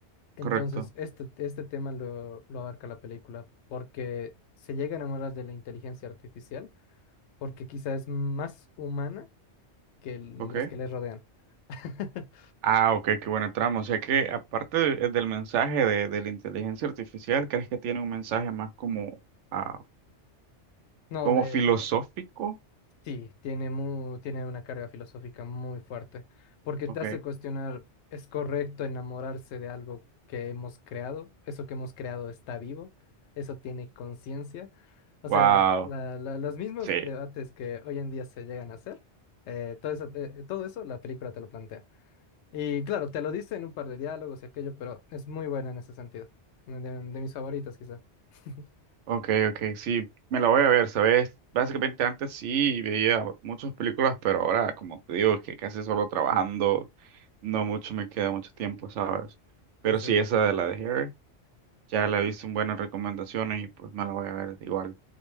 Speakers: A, on the left; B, on the right.
A: Entonces,
B: Correcto.
A: este, este tema lo, lo abarca la película, porque se llega a enamorar de la inteligencia artificial, porque quizá es más humana que los
B: ¿Ok?
A: que le rodean. <laughs>
B: Ah, ok, qué buena trama. O sea que aparte de- del mensaje de, de la inteligencia artificial, ¿crees que tiene un mensaje más como, ah,
A: No,
B: como
A: de
B: filosófico?
A: sí, tiene mu- tiene una carga filosófica muy fuerte, porque
B: Ok.
A: te hace cuestionar, ¿es correcto enamorarse de algo que hemos creado? ¿Eso que hemos creado está vivo? ¿Eso tiene conciencia? O
B: Wow.
A: sea, la- la- los mismos
B: Sí.
A: debates que hoy en día se llegan a hacer, eh, todo eso, eh, todo eso la película te lo plantea. Y claro, te lo dice en un par de diálogos y aquello, pero es muy buena en ese sentido, de, de mis favoritas quizá. <laughs>
B: Ok, ok, sí, me la voy a ver, ¿sabes? Básicamente antes sí veía muchas películas, pero ahora, como te digo, es que casi solo trabajando, no mucho me queda mucho tiempo, ¿sabes? Pero
A: Entonces,
B: sí, esa de la de Hair, ya la he visto en buenas recomendaciones y pues me la voy a ver igual.